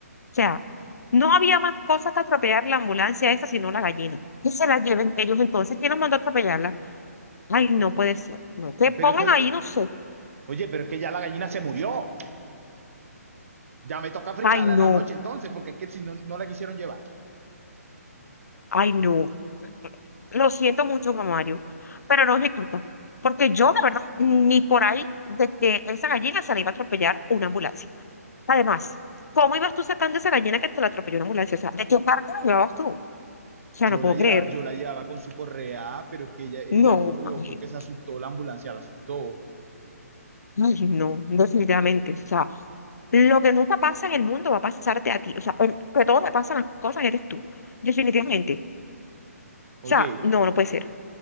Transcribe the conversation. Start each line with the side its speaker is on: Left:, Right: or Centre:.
Left: sea, no había más cosa que atropellar la ambulancia esa, sino la gallina. Que se la lleven ellos entonces, ¿quién los mandó a atropellarla? Ay, no puede ser, no. Que pongan
Right: Pero es que,
Left: ahí,
Right: eh,
Left: no sé.
Right: oye, pero es que ya la gallina se murió. Ya me toca fritarla
Left: Ay, no,
Right: en la noche entonces, porque es que si no, no la quisieron llevar.
Left: ay, no. Lo siento mucho, Juan Mario, pero no es mi culpa. Porque yo, la verdad, ni por ahí de que esa gallina se la iba a atropellar una ambulancia. Además, ¿cómo ibas tú sacando esa gallina que te la atropelló una ambulancia? O sea, ¿de qué parte la llevabas tú? O sea,
Right: Yo
Left: no puedo
Right: la llevaba,
Left: creer.
Right: yo la llevaba con su correa, "Ah, pero es que ella, ella
Left: No,
Right: corrió
Left: Magdalena.
Right: porque se asustó, la ambulancia la asustó.
Left: Ay, no, definitivamente. O sea, lo que nunca pasa en el mundo va a pasarte a ti. O sea, el que todo te pasan las cosas eres tú. Definitivamente.
Right: Oye,
Left: O sea, no, no puede ser.